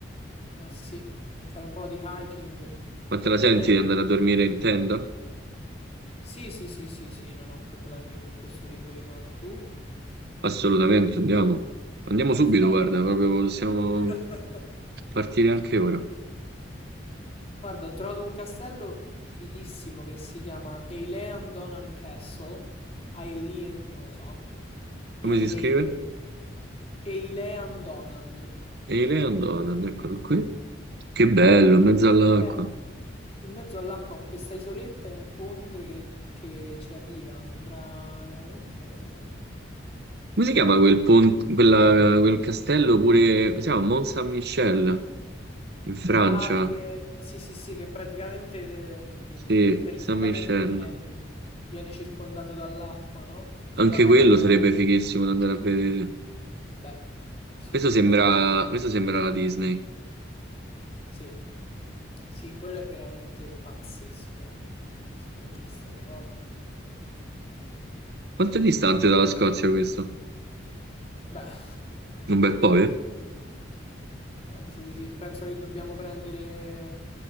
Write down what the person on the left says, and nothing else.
Eh sì, fare un po' di hiking.
Per esempio,
sì, sì, sì, sì, sì, non ho problemi con questo tipo di cose. Tu?
Perfetto.
<laughs>
Guarda, ho trovato un castello fighissimo che si chiama Eilean Donan Castle. Eilean, non lo so. E...
Eilean Donan,
che praticamente
è
in mezzo all'acqua con questa isoletta e un ponte che, che ci arriva. Sembra veramente...
Logico.
Ah, che sì, sì, sì, che praticamente ehm,
periodicamente
viene, viene circondato dall'acqua, no? In
base
alla marea.
Beh, sì,
effettivamente.
Sì, sì, quello è veramente pazzesco. Sì, l'ho viste le foto.
Beh, <laughs>
penso di sì. Penso che dobbiamo prendere